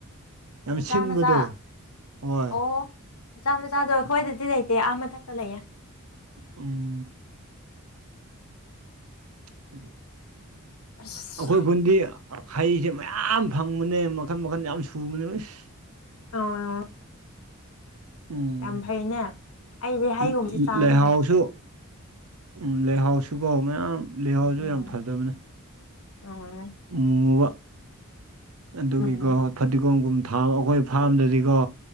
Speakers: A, on the right (about 75°); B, on the left (about 80°).
A: ꯌꯥꯝ
B: ꯃꯆꯥ
A: ꯁꯤꯟꯕꯗꯣ
B: ꯃꯆꯥ
A: ꯍꯣꯏ
B: ꯑꯣ ꯃꯆꯥ ꯃꯆꯥꯗꯣ ꯑꯩꯈꯣꯏꯗꯗꯤ ꯂꯩꯇꯦ ꯑꯥ ꯃꯊꯛꯇ ꯂꯩꯌꯦ
A: ꯎꯝ <inaudible>
B: ꯑꯁ
A: ꯑꯩꯈꯣꯏ ꯈꯨꯟꯗꯤ ꯍꯩꯁꯦ ꯃꯌꯥꯝ ꯐꯪꯕꯅꯦ ꯃꯈꯟ ꯃꯈꯟ ꯌꯥꯝ ꯁꯨꯕꯅꯦꯁ
B: <unintelligible>
A: ꯎꯝ
B: ꯌꯥꯝ ꯐꯩꯅꯦ ꯑꯩꯗꯤ ꯍꯩꯒꯨꯝꯕꯁꯦ
A: ꯂꯩ
B: ꯆꯥꯅꯤꯡꯉꯦ
A: ꯂꯩꯍꯥꯑꯣꯁꯨ ꯎꯝ ꯂꯩꯍꯥꯎꯁꯨꯒꫭ ꯃꯌꯥꯝ ꯂꯩꯍꯥꯎꯁꯨ
B: ꯎꯝ
A: ꯌꯥꯝ ꯐꯗꯕꯅꯦ
B: ꯎꯝ
A: ꯃꯨꯕ ꯑꯗꯨꯒꯤ
B: ꯎꯝ
A: ꯒꯣ ꯐꯗꯤꯒꯣꯝꯒꯨꯝ ꯊꯥꯕ ꯑꯩꯈꯣꯏ ꯐꯥꯔꯝꯗꯗꯤꯀꯣ